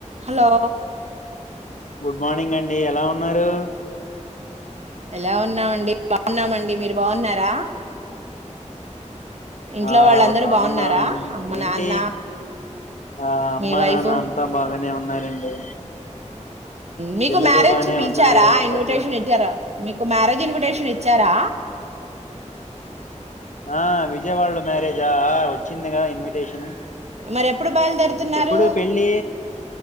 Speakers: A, on the right; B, on the left.
A: హలో
B: గుడ్ మార్నింగ్ అండి ఎలా ఉన్నారు.
A: ఎలా ఉన్నామండి బాగున్నామండి మీరు బాగున్నారా ఇంట్లో
B: ఆ
A: వాళ్ళందరు
B: బాగున్నాం
A: బాగున్నారా అమ్మ
B: ఏంటి
A: నాన్న
B: ఆ అమ్మా
A: మీ వైఫ్
B: నాన్న అంతా బాగానే ఉన్నారండి.
A: మీకు
B: పిల్లలు
A: మ్యారేజ్
B: బానే
A: కి పిలిచారా
B: ఉన్నారు
A: ఇన్విటేషన్
B: పెద్ద
A: ఇచ్చా మీకు మ్యారేజ్ ఇన్విటేషన్ ఇచ్చారా?
B: ఆ విజయవాళ మ్యారేజా వచ్చిందిగా ఇన్విటేషన్
A: మరి ఎప్పుడు బయలుదేరుతున్నారు?
B: ఎప్పుడు పెళ్ళి